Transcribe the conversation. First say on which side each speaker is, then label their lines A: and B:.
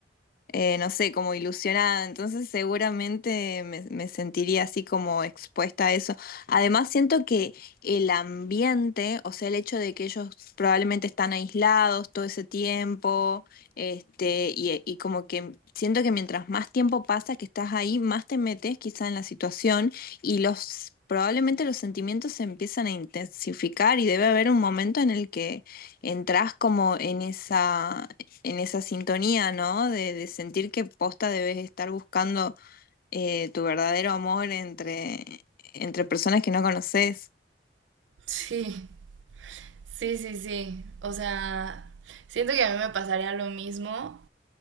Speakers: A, on the left; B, on the right.
A: eh, no sé, como ilusionada, entonces seguramente me, me sentiría así como expuesta a eso. Además, siento que el ambiente, o sea, el hecho de que ellos probablemente están aislados todo ese tiempo, este, y, y como que siento que mientras más tiempo pasa que estás ahí, más te metes quizá en la situación y los... Probablemente los sentimientos se empiezan a intensificar y debe haber un momento en el que entras como en esa, en esa sintonía, ¿no? De, de sentir que posta debes estar buscando eh, tu verdadero amor entre, entre personas que no conoces.
B: Sí, sí, sí, sí. O sea, siento que a mí me pasaría lo mismo,